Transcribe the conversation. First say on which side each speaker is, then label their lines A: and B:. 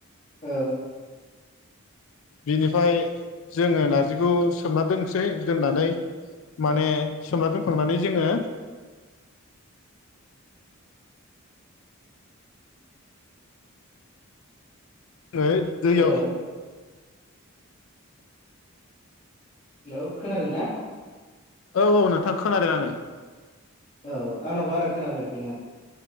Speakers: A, on the left; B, on the left.
A: औ
B: बिनिफ्राय जोङो नारजिखौ सोमना दोनसै दोननानै माने सोमना दोनखांनानै जोङो ओ दैयाव
A: हेलौ हेलौ खोनादों ना?
B: औ औ नोंथां खोनादों आङो
A: औ आंनाव बारा खोनाफैयाखैमोन